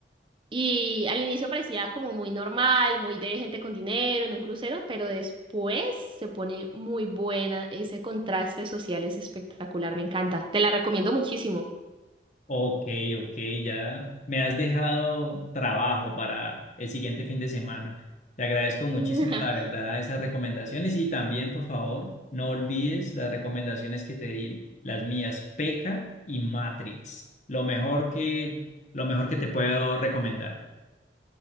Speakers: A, on the right; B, on the left.
A: Y al inicio parecía como muy normal, muy de gente con dinero en un crucero, pero después se pone muy buena. Ese contraste social es espectacular, me encanta. Te la recomiendo muchísimo.
B: Ok, ok, ya me has dejado trabajo para el siguiente fin de semana. Te agradezco muchísimo,
A: <laughs>
B: la verdad, esas recomendaciones y también, por favor, no olvides las recomendaciones que te di, las mías, P.E.K.K.A. y Matrix, lo mejor que, lo mejor que te puedo recomendar.